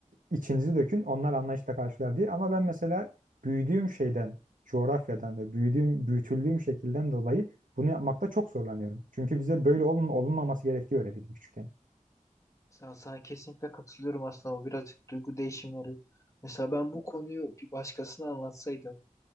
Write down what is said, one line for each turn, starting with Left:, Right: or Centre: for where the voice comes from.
Right: içinizi dökün, onlar anlayışla karşılar diye. Ama ben mesela büyüdüğüm şeyden, coğrafyadan ve büyüdüğüm, büyütüldüğüm şekilden dolayı bunu yapmakta çok zorlanıyorum. Çünkü bize böyle olun, olunmaması gerektiği öğretildi küçükken.
Left: Sana, sana kesinlikle katılıyorum aslında bu birazcık duygu değişimleri. Mesela ben bu konuyu bir başkasına anlatsaydım